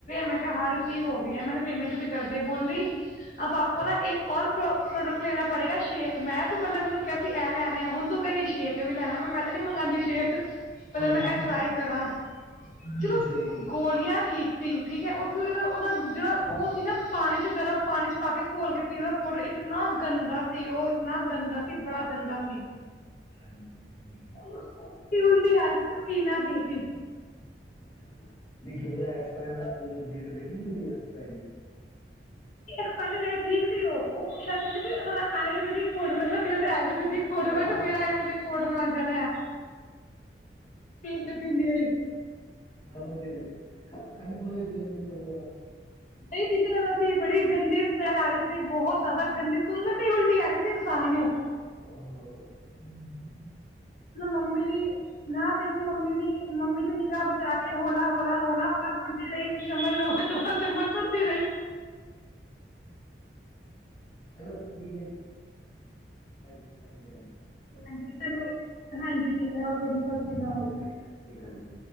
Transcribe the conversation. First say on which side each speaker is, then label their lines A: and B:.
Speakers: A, on the left; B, on the left.
A: ਮੈਂ ਕਿਹਾ ਹਾਂ ਰਿਸੀਵ ਹੋ ਗਿਆ, ਮੈਨੇ ਪੇਮੈਂਟ ਵੀ ਕਰਦੀ ਬੋਲਦੀ ਅਬ ਆਪਕੋ
B: ਹਾਂਜੀ
A: ਨਾ ਏਕ ਓਰ ਪੋ੍ ਪ੍ਰੋਡਕਟ ਲੇਣਾ ਪੜੇਗਾ, ਸ਼ੇਖ ਮੈਂ ਤੂੰ ਪਹਿਲੇ ਮੈਨੂੰ ਕਿਹਾ ਸੀ ਇਹ ਲੈਣੇ ਹੁਣ ਤੂੰ ਕੇਰੀ ਸ਼ੇਕ ਵੀ ਲੈਣਾ ਮੈਂ ਤੇ ਨੀ ਮੰਗਾਦੀ, ਸ਼ੇਕ ਪਹਿਲੇ
B: ਹਾਂਜੀ
A: ਮੈਂ ਏ ਟਰਾਈ ਕਰਾਂ।
B: ਹਮ,
A: ਚਲੋ
B: ਸਹੀ ਗੱਲ
A: ਗੋਲੀਆਂ ਠੀਕ ਸੀ, ਠੀਕ ਐ ਓਰ ਜੋ ਉਹਦਾ ਜਿਹੜਾ ਉਹ ਸੀ, ਨਾ ਪਾਣੀ ਚ ਗਰਮ ਪਾਣੀ ਚ ਪਾ ਕੇ ਘੋਲ ਕੇ ਪੀਣ ਆਲਾ ਪਾਊਡਰ ਇਕ ਇੰਨਾ ਗੰਦਾ ਸੀ, ਉਹ ਇੰਨਾ ਗੰਦਾ ਸੀ ਬੜਾ ਗੰਦਾ ਸੀ।
B: ਹੈ ਅੱਛਾ ਜੀ ਹਮ,
A: ਉਹਨੁ ਸੁੰਗ ਕੇ ਉਲਟੀ ਆ ਰੀ ਸੀ ਨਾ ਪੀਨਾ ਕੀ ਸੀ।
B: ਅੱਛਾ-ਅੱਛਾ, ਨਈ ਕੀ ਪਤਾ <unintelligible> ਹਲੇ ਡੇਟ ਵੇਖ ਲੀ ਸੀ ਓਦੀ ਐਕਸਪਾਇਰੀ।
A: ਐਕਸਪਾਇਰੀ ਡੇਟ ਠੀਕ ਸੀ ਓ, ਓਹ ਖ਼ੈਰ ਕੈਂਦੇ ਸੀ ਉਹਨਾਂ ਦਾ ਆਯੁਰਵੈਦਿਕ ਪੋਡਰ ਏ ਨਾ <unintelligible> ਆਯੁਰਵੈਦਿਕ ਪੋਡਰ ਏ
B: ਹਾਂ
A: ਤੇ ਮੇਰਾ ਆਯੁਰਵੈਦਿਕ ਪੋਡਰ ਬਨ ਜਾਣਾ ਆ। ਪੀਂਦੇ ਪੀਂਦੇ ਹੀ
B: ਹਾਂ ਵਧੀਆ ਈ ਏ। ਖੰਡ ਪਾ ਕੇ ਪੀ ਲੈਂਦੇ ਥੋੜਾ-ਥੋੜਾ।
A: ਨਹੀਂ ਦਿੱਤਾ ਸੀ <unintelligible> ਬੜੀ ਗੰਦੀ ਸਮੈਲ ਆ ਰਈ ਸੀ, ਬਹੁਤ ਜੈਦਾ ਗੰਦੀ ਸੁੰਗਨ ਤੇ ਉਲਟੀ ਆ ਰਈ ਸੀ ਇਨਸਾਨ ਨੂੰ।
B: ਹ।
A: ਮ ਮੰਮੀ ਦੀ, ਨਾ ਫਿਰ ਮੰਮੀ ਦੀ, ਮੰਮੀ ਦੀ ਨਿਗਾਹ ਬਚਾ ਕੇ ਹੋਲਾ, ਹੋਲਾ, ਹੋਲਾ ਥੋੜਾ ਫੜਦੀ ਰਈ ਇੱਕ ਚਮਚ ਰੋਜ-ਰੋਜ ਦੋ ਚਮਚ ਸੁੜਦੀ ਰਈ।
B: ਚਲੋ ਠੀਕ ਏ ਜੀ, ਹ ਹਾਂਜੀ-ਹਾਂਜੀ।
A: ਹਾਂਜੀ ਚਲੋ ਹਾਂਜੀ ਠੀਕ ਹੈ ਓਕੇ ਜੀ ਸਾਸੀ ਕਾਲ।
B: ਓਕੇ ਸਤਿ ਸ਼੍ਰੀ ਅਕਾਲ ਜੀ